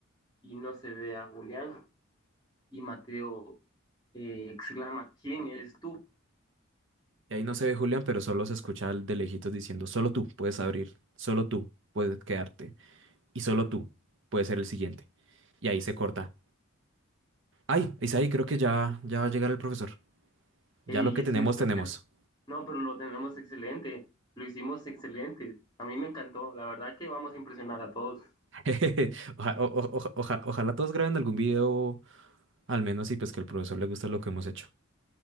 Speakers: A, on the left; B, on the right.
A: y no se ve a Julián. Y Mateo eh, exclama, ¿quién eres tú?
B: Y ahí no se ve Julián, pero solo se escucha al de lejitos diciendo, solo tú puedes abrir, solo tú puedes quedarte. Y solo
A: Ujú.
B: tú puedes ser el siguiente. Y ahí se corta. Ay, Isaí, creo que ya, ya va a llegar el profesor. Ya
A: Eh,
B: lo
A: y
B: que
A: es
B: tenemos,
A: cierto,
B: tenemos.
A: es cierto. No, pero lo tenemos excelente, lo hicimos excelente. A mí me encantó, la verdad que vamos a impresionar a todos.
B: <laughs> Oja- o- o- oja- oja- ojalá todos graben algún video, al menos, y pues que el profesor le guste lo que hemos hecho.